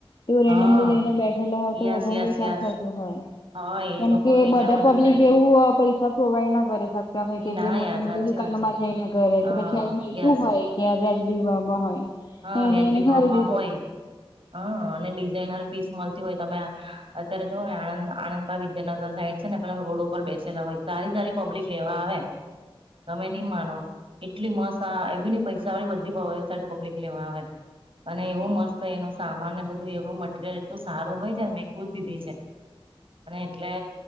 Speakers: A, on the left; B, on the right.
A: તેઓ
B: હા
A: રેન્ડમલી લઈને બેઠેલા હોય તો
B: યસ
A: વધારે
B: યસ
A: વેચાણ
B: યસ
A: થતું હોય.
B: હા એ
A: કેમકે
B: લોકોનું વેચાણ
A: બધા
B: વધારે
A: પબ્લિક
B: થાય
A: એવું પૈસા પ્રોવાઈડ ના કરી શકતા હોય. કે
B: ના
A: જે મોટી
B: યાર
A: મોટી
B: સાચી
A: દુકાનો
B: વાત છે
A: માં જઈને ઘરે
B: હા
A: કે પછી મળતું
B: યસ
A: હોય કે વ્યાજબીહમાં હોય
B: હા
A: એ
B: વ્યાજબી
A: જઈને
B: ભાવમાં
A: ખરીદી
B: હોય.
A: શકે
B: હા અને ડિઝાઇનર પીસ મળતી હોય તમે અત્યારે જ ને આણંદ આણંદ મા વિદ્યાનગર સાઈડ છે ને પેલા રોડ ઉપર બેસેલા હોય સારી સારી પબ્લિક લેવા આવે. તમે
A: હમ
B: નઈ માનો કેટલી મસ્ત આ એવી નઈ પૈસા વાળી બધી પબ્લિક લેવા આવેે. અને એવો મસ્ત એનો સામાન અનેને બધું એવું મટરિયલ એટલું સારું હોય છે ને મેં ખુદ લીધી છે. અને એટલે.